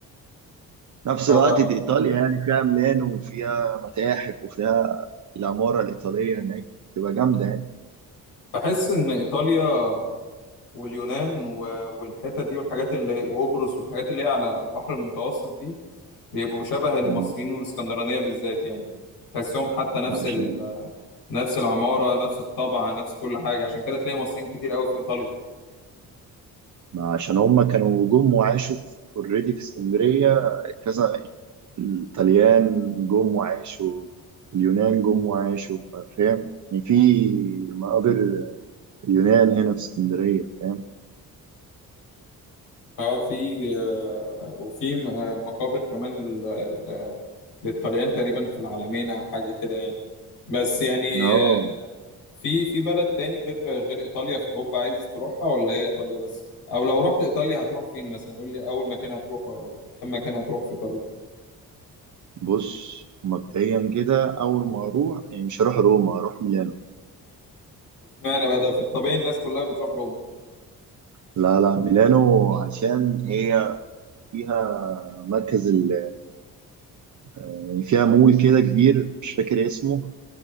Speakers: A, on the right (about 50°); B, on the left (about 85°).
A: نفس
B: هو
A: الوقت دي إيطاليا يعني فيها ميلانو وفيها متاحف وفيها العمارة الإيطالية هناك تبقى جامدة يعني
B: بحس ان ايطاليا واليونان و- والحتت دي والحاجات اللي وقبرص والحاجات اللي هي على البحر المتوسط دي بيبقوا شبه المصريين
A: مم.
B: والاسكندرانية بالذات يعني تحسهم حتى نفس
A: عشان
B: ال... نفس العمارة نفس الطبع نفس كل حاجة عشان كده تلاقي مصريين كتير قوي في ايطاليا
A: عشان هم كانوا جم وعاشوا اوريدي في already في اسكندرية كذا الطليان جم وعاشوا اليونان جم وعاشوا فاهم يعني في مقابر اليونان هنا في اسكندرية فاهم
B: اه في آه، وفي م- آه، مقابر كمان ال- ال- آه، للطليان تقريبا في العالمين او حاجه كده يعني بس يعني
A: اه
B: آه، في في بلد تاني غير غير ايطاليا في اوروبا عايز تروحها ولا هي ايطاليا بس او لو رحت ايطاليا هتروح فين مثلا قول لي اول مكان هتروحه او كم مكان هتروحه في ايطاليا
A: بص مبدئيا كده أول ما أروح يعني مش هروح روما هروح ميلانو
B: اشمعنى بقى ده في الطبيعي الناس كلها بتروح روما
A: لا لا ميلانو عشان هي فيها مركز ال... يعني فيها مول كده كبير مش فاكر اسمه